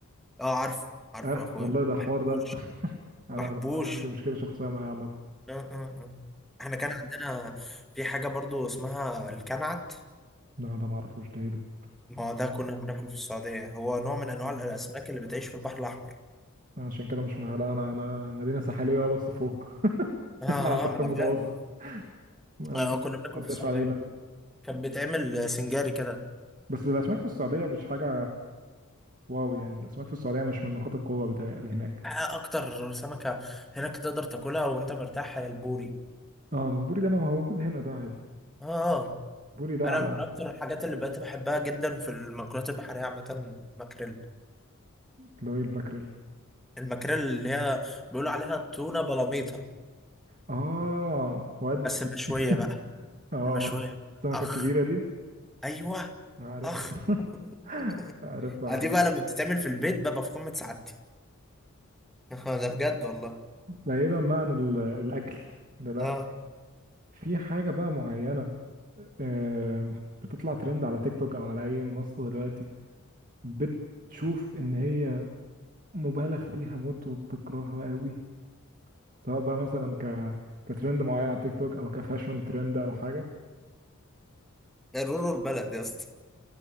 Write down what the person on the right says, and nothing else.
اه
والله
ده حوار
ده انا
لا عندي مشكله شخصيه معاه عامه
لا ده ما اعرفوش ده ايه ده
لا،
أنا عشان كده مش مع لا انا انا مدينه ساحليه اه بس فوق
<laughs> على البحر
المتوسط
ما عندي
ما
عداش
علينا ده
بس الاسماك في السعوديه مش حاجه واو يعني الاسماك في السعوديه مش من نقاط القوه بتاعي هناك
اه البوري ده ما ما هو موجود هنا ده عادي
البوري ده
عالمي
اللي هو الباكريل
اه ودي
<laughs> اه
السمكه
الكبيره دي
عارف
<laughs>
عارف عارف
بعيدا بقى عن ال- الاكل دلوقتي
في حاجه بقى معينه آه، بتطلع ترند على تيك توك او على اي منصه دلوقتي بتشوف ان هي مبالغ فيها موت وبتكرهها قوي سواء بقى مثلا ك كترند معين على تيك توك او كفاشون ترند او حاجه